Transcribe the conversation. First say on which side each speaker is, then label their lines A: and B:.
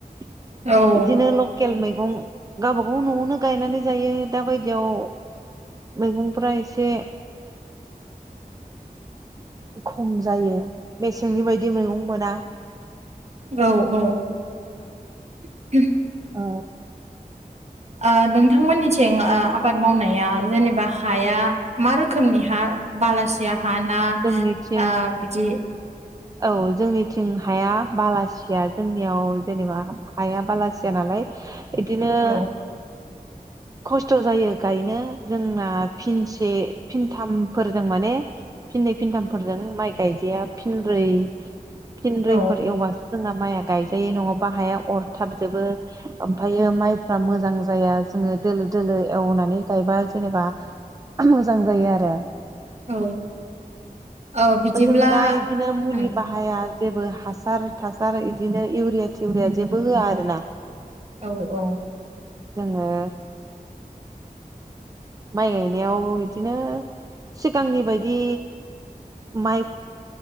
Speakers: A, on the right; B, on the right.
A: बिदिनो
B: औ
A: लके खेल मैगं गावबा गाव न'आवनो गायनानै जायो दा बायदियाव मैगंफ्रा एसे खम जायो मेसेंनि बायदि मैगं मोना
B: औ औ <inaudible>
A: औ
B: ओ नोंथांमोननिथिं ओ आबाद मावनाया जेनेबा हाया मा रोखोमनि हा। बालासिया हाना
A: जोंनिथिं
B: आ ओ बिदि।
A: औ जोंनिथिं हाया बालासिया। जोंनियाव जेनेबा हाया बालासिया नालाय इदिनो।
B: औ
A: <inaudible> खस्थ' जायो गायनो जोंना फिनसे फिनथामफोरजों माने फिन। फिनै फिनथामफोरजों माइ गायजाया फिनब्रै फिनब्रैफोर
B: औ
A: एवबासो। जोंना माइआ गायजायो नङाबा हाया अरथाब जोबो ओमफ्रायो माइफ्रा मोजां जाया। जोङो दोलो दोलो एवनानै गायबा जेनेबा मोजां जायो आरो।
B: औ औ बिदिब्ला
A: जोङो दा बिदिनो मुलि
B: ओं
A: बाहाया। जेबो हासार थासार बिदिनो इउरिया थिउरिया जेबो होआ आरो ना।
B: औ औ।
A: जोङो। माइ गायनायाव बिदिनो सिगांनि बायदि माइ।